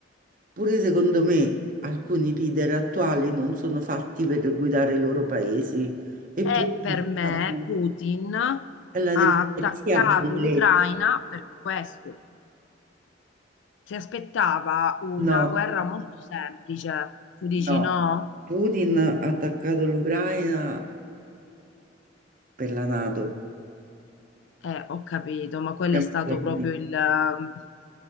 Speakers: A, on the right; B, on the left.
A: pure secondo me alcuni leader attuali non sono fatti per guidare i loro paesi, eppure
B: è per
A: si
B: me
A: fanno.
B: Putin ha
A: È la democrazia
B: attaccato
A: bellezza.
B: l'Ucraina per questo, si aspettava una
A: No,
B: guerra molto semplice, tu dici
A: no.
B: no?
A: Putin ha attaccato l'Ucraina per la NATO.
B: Eh, ho capito, ma quello
A: Siamo
B: è stato
A: chiari.
B: proprio il... ehm,